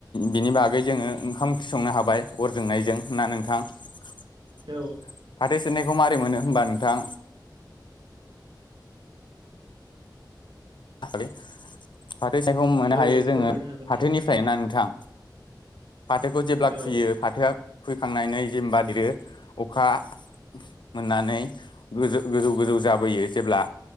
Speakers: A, on the left; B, on the right.
A: बिनि बागै जोङो ओंखाम ओंख्रि संनो हाबाय अर जोंनायजों ना नोंथां फाथै
B: औ
A: सेरनायखौ माबोरै मोनो होमबा नोंथां फाथो सायखौ मोननो
B: औ औ
A: हायो जोङो
B: फोरमायनो
A: फाथोनिफ्राय
B: हागोन दे
A: ना नोंथां । फाथोखौ जेब्ला
B: औ
A: खुयो फाथोआ खुयैखांनानै जेनबा देरो अखा मोननानै गोजो-गोजौ-गोजौ जाबोयो जेब्ला